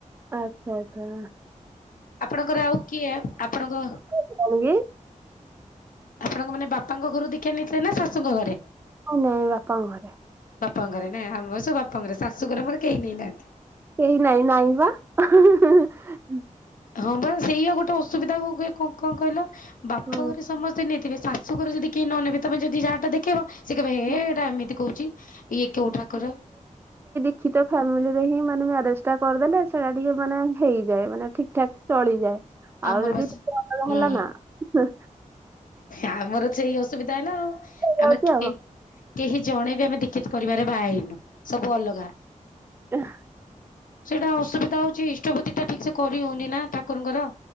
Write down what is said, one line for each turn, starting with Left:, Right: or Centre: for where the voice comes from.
Right: ଆଚ୍ଛା ଆଚ୍ଛା।
Left: ଆପଣଙ୍କର ଆଉ କିଏ ଆପଣଙ୍କ
Right: <unintelligible>
Left: ଆପଣଙ୍କ ମାନେ ବାପାଙ୍କ ଘରୁ ଦୀକ୍ଷା ନେଇଥିଲେ ନା ଶାଶୁଙ୍କ ଘରେ?
Right: ନାଇଁ ନାଇଁ ବାପାଙ୍କ ଘରେ।
Left: ବାପାଙ୍କ ଘରେ ନାଁ ଆମର ସବୁ ବାପ ଘରେ ଶାଶୁଘରେ ମୋର କେହି ନେଇନାହାଁନ୍ତି
Right: କେହି ନାଇଁ ନାଇଁ ବା <unintelligible>
Left: ହଁ ବା ସେଇଆ ଗୋଟେ ଅସୁବିଧା ହୁଏ କ କ କଣ କହିଲ ବାପ
Right: ହୁଁ,
Left: ଘରେ ସ ସମସ୍ତେ ନେଇଥିବେ ଶାଶୁଘରେ ଯଦି କେହି ନନେବେ ତମେ ଯଦି ଯାହାଟା ଦେଖେଇବ ସେ କହିବେ ହେ
Right: ହୁଁ,
Left: ଏଟା ଏମିତି କହୁଛି ଇଏ କୋଉ ଠାକୁର।
Right: ସେତ ଫ୍ୟାମିଲିରେ ହିଁ ମାନେ ମ୍ୟାରେଜ ଟା କରିଦେଲେ ସେଇଟା ଟିକେ ମାନେ ହେଇଯାଏ ମାନେ ଠିକ୍ ଠାକ ଚଳିଯାଏ।
Left: ଆମର
Right: ଆଉ ଯଦି
Left: ବାସ
Right: <unintelligible>
Left: ହୁଁ।
Right: ହେଲା ନା ହଁ।
Left: ଆମର ତ ସେଇ ଅସୁବିଧା ହେଲା ଆଉ
Right: ଯାଉଛି
Left: ଆମେ କିଏ
Right: ଆଉ
Left: କେହି ଜଣେ ବି ଆମେ ଦିକ୍ଷିତ ପରିବାରରେ ବାହା ହେଇନୁ ସବୁ ଅଲଗା।
Right: <unintelligible>
Left: ସେଇଟା ଅସୁବିଧା ହଉଛି ଇଷ୍ଟପତି ଟା ଠିକ୍ ସେ କରି ହଉନି ନା ଠାକୁରଙ୍କର।